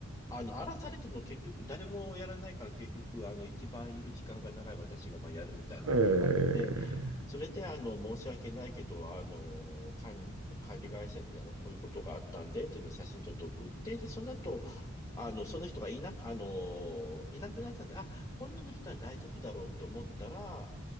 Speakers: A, on the left; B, on the right.
A: あの、荒らされたの結局誰もやらないから結局、あの、一番いる時間が長い私がまあやるみたいなことがあって、
B: ー、えー、
A: それで、あの、申し訳ないけど、あの、管、管理会社にあの、こういうことがあったんで、っていうのを写真撮って送って、で、その後、あの、その人がいなく、あの、いなくなったんで、あ、今度の人は大丈夫だろうって思ったら、